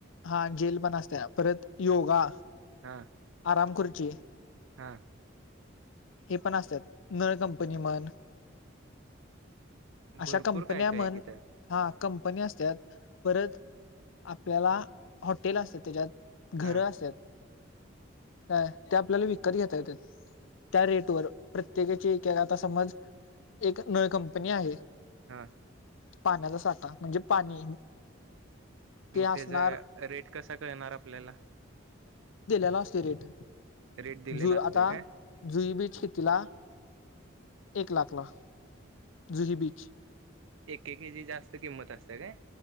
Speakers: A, on the left (about 75°); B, on the right (about 75°).
A: हा जेल पण असत्या परत योगा
B: हम
A: आम खुर्ची
B: हम्म
A: हे पण असतेत नळ कंपनी म्हण अशा
B: भरपूर
A: कंपन्या
B: काय काय
A: म्हण
B: की त्यात
A: हा कंपनी असतात परत आपल्याला हॉटेल असते त्याज्यात घरं
B: हा
A: असत काय ते आपल्याला विकत घेता येत्यात त्या रेट वर प्रत्येकेची एकेकाच समज एक नळ कंपनी आहे
B: हम
A: पाण्याचा साठा म्हणजे पाणी ते
B: मग
A: असणार
B: त्याज्या रेट कसा कळणार आपल्याला
A: लास्ट रेट
B: रेट दिलेला
A: जु
B: असतोय
A: आता
B: काय
A: जुईबीची शेतीला एक लाख ला जुई बीची
B: एकेके ची जास्त किंमत असते काय